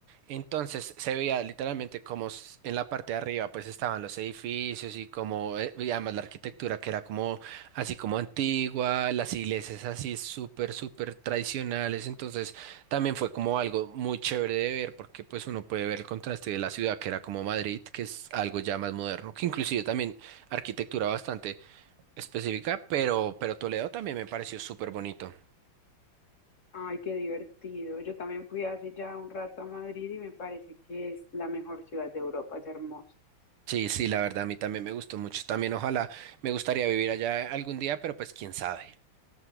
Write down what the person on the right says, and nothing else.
Entonces se veía literalmente como s- en la parte de arriba pues estaban los edificios y como, eh, y además la arquitectura que era como así como antigua, las iglesias así súper, súper tradicionales. Entonces también fue como algo muy chévere de ver porque pues uno puede ver el contraste de la ciudad que era como Madrid, que es algo ya más moderno, que inclusive también arquitectura bastante específica, pero, pero Toledo también me pareció súper bonito.
Sí, sí, la verdad a mí también me gustó mucho. También ojalá me gustaría vivir allá algún día, pero pues quién sabe.